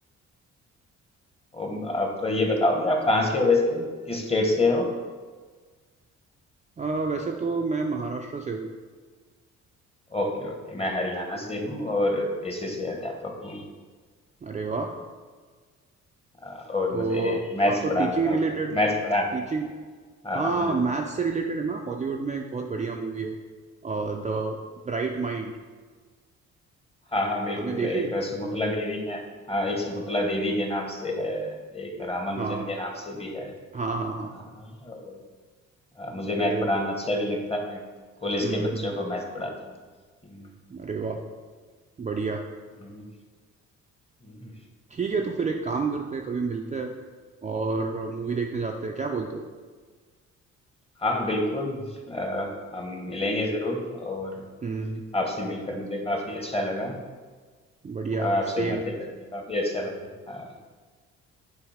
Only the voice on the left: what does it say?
ओम, आप तो ये बताओगे आप कहाँ से हो वैसे किस स्टेट से हो
ओके ओके मैं हरियाणा से हूँ और पेशे से अध्यापक हूँ
अ, और
मुझे मैथ्स
पढ़ाना
काफी
मैथ्स पढ़ाना
हाँ
मुझे
हाँ हाँ बिल्कुल
एक
सुमुतला देवी के हाँ एक सुमुतला देवी के नाम से है एक रामानुजन
के नाम से भी है
हाँ, और, अ, मुझे मैथ
पढ़ाना अच्छा भी लगता है मैं कॉलेज
के बच्चों
को मैथ पढ़ाता हूँ हम्म,
हम्म, हम्म।
हाँ बिल्कुल अ, हम मिलेंगे ज़रूर और
आपसे मिलकर मुझे काफ़ी अच्छा लगा
अ, आपसे
बातें करके काफ़ी अच्छा लगा हाँ